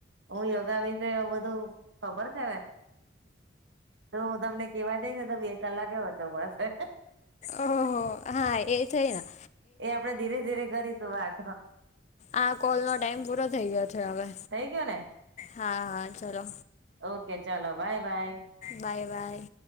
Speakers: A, on the right; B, on the left.
A: હું યોગા વિશે એવુ બધું ખબર છે ને. જો હું તમને કહેવા જાઈશને તો બે કલાકેય ઓછો પડશે.
B: ઓહો! હા એ થઈ ના.
A: એ આપણે ધીરે-ધીરે કરીશું વાત.
B: આ કોલ નો ટાઈમ પૂરો થઈ ગયો છે હવે.
A: થઈ ગયો ને.
B: હા હા ચલો
A: ઓકે ચાલો બાય-બાય.
B: બાય-બાય.